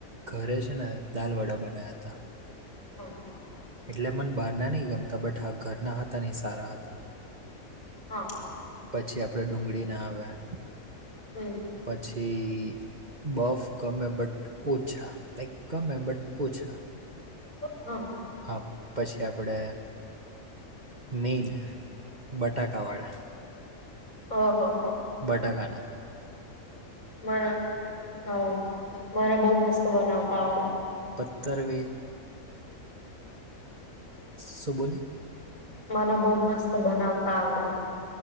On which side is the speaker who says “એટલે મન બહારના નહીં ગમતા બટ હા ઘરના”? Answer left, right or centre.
Right